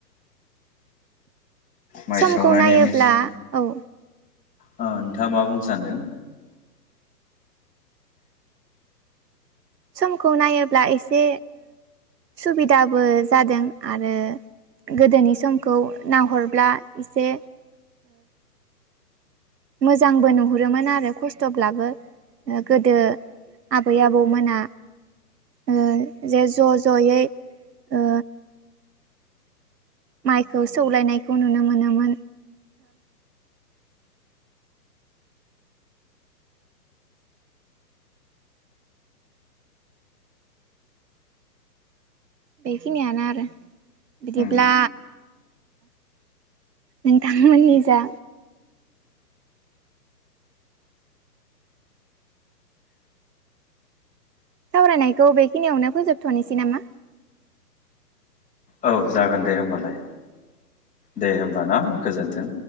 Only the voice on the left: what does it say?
माइ
सौनायनि
मेचिन
नोंथाङा मा बुंनो सानदों
उम
औ जागोन दे होमबालाय दे होमबाना गोजोन्थों।